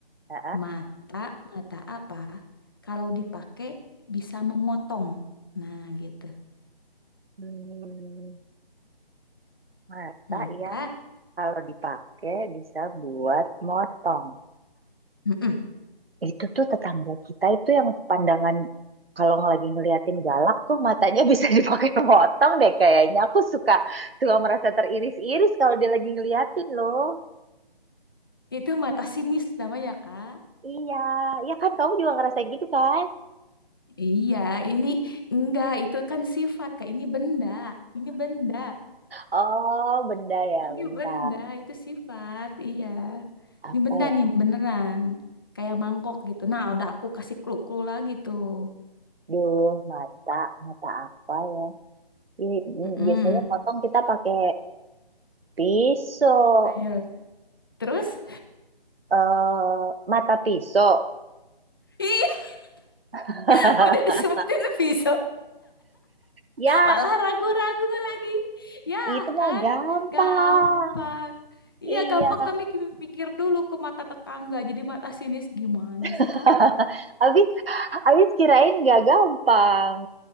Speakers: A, on the right (about 75°); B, on the left (about 25°).
A: Heeh.
B: Mata-mata apa? Kalau dipakai bisa memotong. Nah, gitu.
A: Hmm, mata
B: Mata,
A: yang kalau dipakai bisa buat motong.
B: mm-mm.
A: Itu tuh tetangga kita itu yang pandangan kalau lagi ngeliatin galak tuh matanya bisa <laughs> dipakai motong deh kayaknya. Aku suka suka merasa teriris-iris kalau dia lagi ngeliatin loh.
B: Itu mata sinis namanya, Kak.
A: Iya, ya kan kamu juga ngerasain gitu kan?
B: Iya, ini enggak, itu kan sifat, Kak. Ini benda, ini benda.
A: Oh, benda ya,
B: Ini
A: benda
B: benda, itu sifat, iya.
A: Apa
B: Ini benda
A: ya?
B: nih, beneran. Kayak mangkok gitu. Nah, udah aku kasih clue-clue lagi tuh.
A: Duh, mata, mata apa ya? Ih, ini
B: Mm-mm.
A: biasanya potong kita pakai Pisau.
B: Ayo. Terus?
A: eh mata pisau.
B: <laughs>
A: <laughs>
B: Iya, udah disebutin pisau.
A: Ya,
B: Malah ragu-ragu lagi. Ya
A: itu mah
B: kan,
A: gampang.
B: gampang. Iya,
A: Iya.
B: gampang tapi ki- mikir dulu ke mata tetangga. Jadi mata sinis gimana sih,
A: <laughs>
B: Kak?
A: Habis, habis kirain gak gampang.